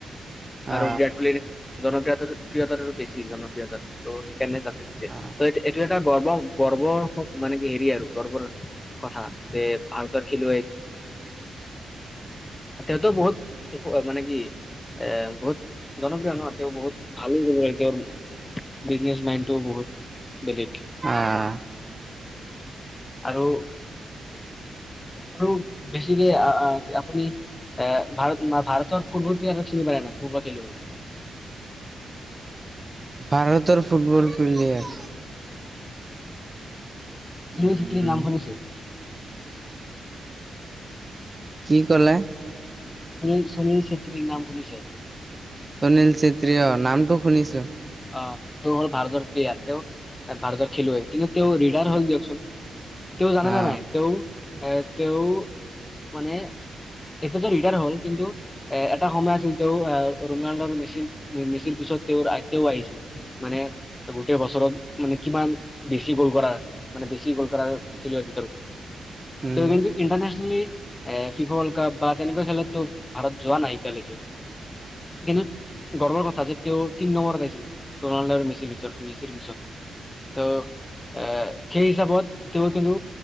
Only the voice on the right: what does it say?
অ
অ
আহ।
ভাৰতৰ ফুটবল প্লেয়াৰ
উম
কি কলে?
সুনীল ছেত্ৰী অ, নামটো শুনিছো।
অ
উম